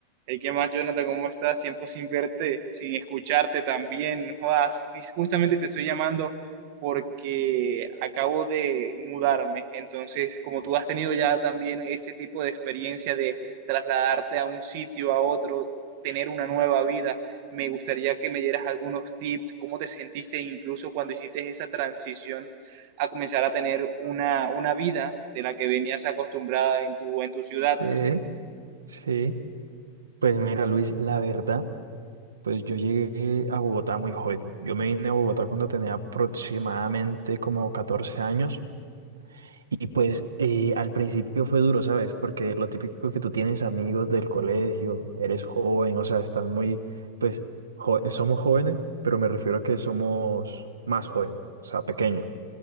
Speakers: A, on the right; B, on the right.
A: Hey, ¿qué más, Jonathan? ¿Cómo estás? Tiempo sin verte, sin escucharte también. no Jodas, justamente te estoy llamando porque acabo de mudarme. Entonces, como tú has tenido ya también ese tipo de experiencia de trasladarte a un sitio, a otro, tener una nueva vida, me gustaría que me dieras algunos tips, cómo te sentiste incluso cuando hiciste esa transición a comenzar a tener una, una vida de la que venías acostumbrada en tu, en tu ciudad.
B: Sí, sí. Pues mira, Luis, la verdad, pues yo llegué a Bogotá muy joven. Yo me vine a Bogotá cuando tenía aproximadamente como 14 años y pues eh, al principio fue duro, ¿sabes? Porque lo típico que tú tienes amigos del colegio, eres joven, o sea, estás muy, pues jo- somos jóvenes, pero me refiero a que somos más jóvenes, o sea, pequeños.